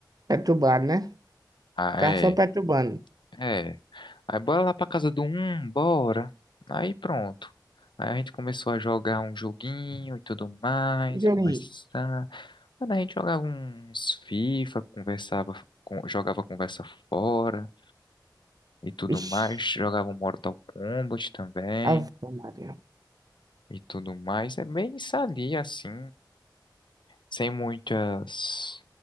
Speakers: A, on the right (about 55°); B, on the left (about 85°).
A: Perturbado, né?
B: Ah,
A: Ficar
B: é,
A: só perturbando.
B: é. Aí bora lá pra casa do um, bora. Aí pronto. Aí a gente começou a jogar um joguinho e tudo mais,
A: Que joguinho.
B: conversar. Mano, a gente jogava uns FIFA, conversava, con- jogava conversa fora. e tudo
A: Ixi,
B: mais. Jogava um Mortal Kombat também
A: Ave Maria.
B: e tudo mais. É bem sadia assim, sem muitas,